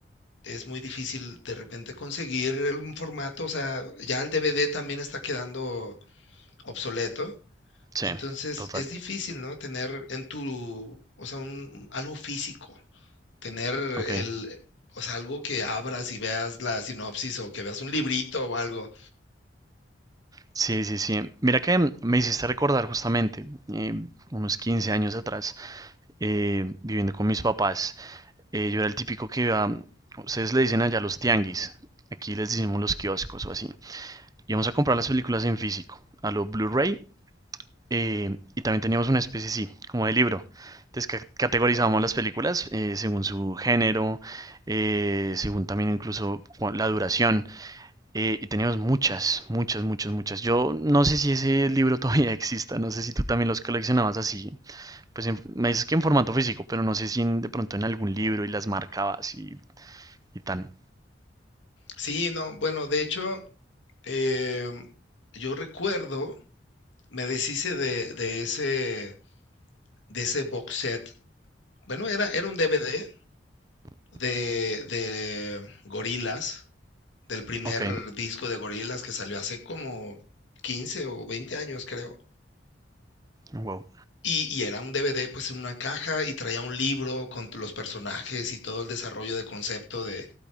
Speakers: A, on the left (about 80°); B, on the right (about 20°).
A: es muy difícil de repente conseguir un formato, o sea, ya el DVD también está quedando obsoleto,
B: Sí,
A: entonces
B: total.
A: es difícil, ¿no? Tener en tu, o sea, un, algo físico. tener
B: Ok.
A: el, o sea, algo que abras y veas la sinopsis o que veas un librito o algo.
B: Sí, sí, sí. Mira que mm, me hiciste recordar justamente, eh, unos 15 años atrás, eh, viviendo con mis papás, eh, yo era el típico que iba, ustedes le dicen allá los tianguis, aquí les decimos los kioscos o así. íbamos a comprar las películas en físico, a lo Blu-ray, eh, y también teníamos una especie, sí, como de libro. Entonces ca- categorizábamos las películas eh, según su género, eh, según también incluso cua- la duración, eh, y teníamos muchas, muchas, muchas, muchas. Yo no sé si ese libro <laughs> todavía exista, no sé si tú también los coleccionabas así, pues en- me dices que en formato físico, pero no sé si en- de pronto en algún libro y las marcabas y, y tan.
A: Sí, no, bueno, de hecho, eh, yo recuerdo, me deshice de, de ese, de ese box set. Bueno, era, era un DVD de, de Gorillaz, del primer
B: Ok,
A: disco de Gorillaz que salió hace como 15 o 20 años, creo.
B: wow,
A: Y, y era un DVD pues en una caja y traía un libro con los personajes y todo el desarrollo de concepto de,